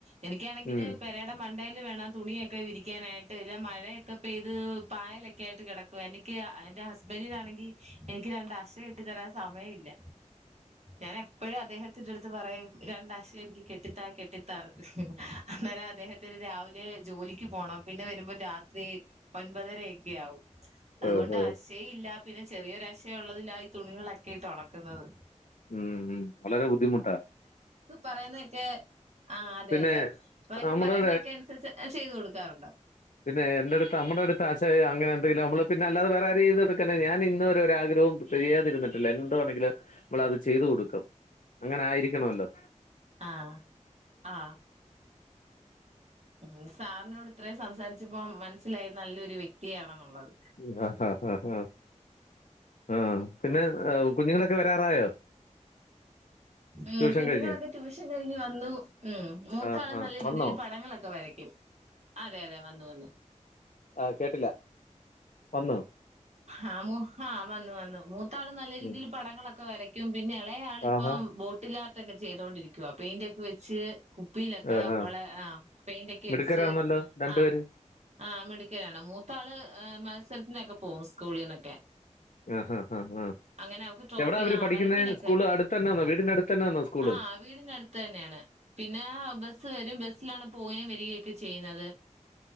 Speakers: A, on the right (about 60°); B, on the left (about 85°).
A: എനിക്കാണെങ്കിൽ
B: ഉം.
A: പെരെടെ മണ്ടെയിൽ വേണം തുണിയോക്കെ വിരി ക്കാനായിട്ട് ഇല്ല മഴയെക്കെ പെയ്ത് പായലോക്കെ ആയിട്ട് കിടക്കും എനിക്ക് എന്റെ ഹസ്ബെന്റിനാണെങ്കിൽ എനിക്ക് രണ്ട് അശ കെട്ടി തരാൻ സമയം ഇ ല്ല ഞാന ഇപ്പഴും അദ്ദേഹത്തിന്റെറ അടുത്ത് പറയും രണ്ടാശ എനിക്ക് കെട്ട് കെട്ടിത്താ കെട്ടിത്താ എന്നു അന്നെരം അദ്ദേഹത്തിന് രാവിലെ ജോലിക്ക് പോണം പിന്നെ വരുമ്പോ രാത് ത്രി ഒൻപതര ആയി ക്കെയാവും അതുകൊണ്ട്
B: ഓ, ഓ.
A: അശയില്ലാ പിന്നെ ചെറിയൊരശയുള്ളതിലായി ഈ തുണികളൊക്കി ട്ടൊണക്കുന്നത്
B: ഉം ഉം വളരെ ബുദ്ധിമുട്ടാ
A: പറയുന്നേക്കെ ആ അതെ
B: പിന്നെ
A: അതെ വൈഫ്
B: നമ്മുടെ
A: പറയുന്നതൊക്കെ അനുസരിച്ച് ചെയ്തു കൊടു ക്കാറുണ്ടോ
B: പിന്നെ എന്റടുത്ത് നമ്മുടെ അടുത്ത് ആശയോ അങ്ങനെ എന്തെങ്കിലും നമ്മള് പിന്നെ അല്ലാതെ വേറെ ആരെയ്തൊടുക്കാനാ ഞാൻ ഇന്ന് വരെ ഒരാഗ്രഹോം ചെയ്യാതിരുന്നിട്ടില്ല എന്ത് വാണെങ്കിലും മ്മളത് ചെയ്ത് കൊടുക്കും അങ്ങനെ ആയിരിക്കണോല്ലോ
A: ആ ആ ഉം സാറിനോട് ഇത്രയും സംസാരിച്ചപ്പോ മനസ്സിലായി നല്ലൊരു വ്യക്തിയാണെന്നുള്ളത്
B: ഉം ഹ ഹ ഹ ഹ ആ പിന്നെ കുഞ്ഞുങ്ങളൊക്കെ വരാറായോ
A: ഉംഹ്
B: ട്യൂഷൻ
A: കുഞ്ഞുങ്ങളൊക്കെ
B: കഴിഞ്ഞ്
A: ട്യൂഷ കഴിഞ്ഞ് വന്നു ഉംഹ് മൂത്താള്
B: ആ ആ
A: നല്ല
B: വന്നോ
A: രീതില് പടങ്ങളൊക്കെ വരയ്ക്കും അതെ അതെ വന്നു വന്ന്
B: ആഹ്ആ കേട്ടില്ല വന്നോ
A: ഹാ മൂ ഹാ വന്ന് വന്നു മൂത്ത് ഇത്താള് നല്ലരീതില്
B: ഉം
A: പടങ്ങളൊക്കെ ക്കെരയ്ക്കും പിന്നെ എളേയാളിപ്പം
B: ആഹാ
A: ബോട്ടിലാർ ഇതൊക്കെ ചെയ്തോണ്ടിരിക്കുവാ പെയിന്റെക്കെ വെച്ച് കുപ്പിയിലേക്കെ
B: ആഹാ
A: വള് ആഹ് പെയിന്റ് ഒക്കെ
B: മിടുക്കരാന്നല്ലോ
A: അടിച്ച്
B: രണ്ടുപേരും
A: ആ ആ മിടുക്കിയാണ്‌ മൂത്താള് ആഹ് മത്സരത്തിനൊക്കെ പോ സ്കൂളീന്നെക്കെ
B: ആഹാ ആ ഹാ ഹാ ഹാ
A: അങ്ങനെ അവക്ക് ട്രോഫി
B: എവിടാ അവര്
A: ആഹ്ആ
B: പഠിക്കുന്നത്
A: വരപ്പിനെക്കെ
B: സ്കൂള് അടുത്ത് തന്നെയാന്നോ വീടിന്റെ അടുത്ത് തന്നെയാന്നോ സ്കൂള്
A: ആഹ വീടിന്റെടുത്ത് തന്നെയാണ് പിന്നെ ആ ബസ് വരും ബസിലാണ് പോവേം വരികയൊക്കെ ക്ക് ചെയ്യുന്നത്